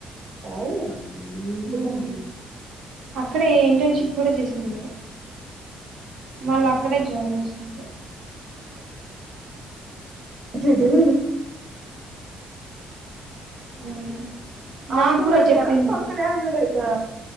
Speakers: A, on the right; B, on the right.
A: అవున నేన్ ఈ పిల్ల
B: ఉమ్.
A: అనుకున్న
B: అక్కడే ఇంటెన్షిప్ కూడా చేసింది. మళ్ళ అక్కడే జాబ్ చేస్థాంది.
A: <unintelligible>
B: ఉమ్. నాకు
A: ఆన్నే
B: కూడా
A: పెడతారా
B: చెప్పింది
A: పక్కనయాడన్న పెడ తా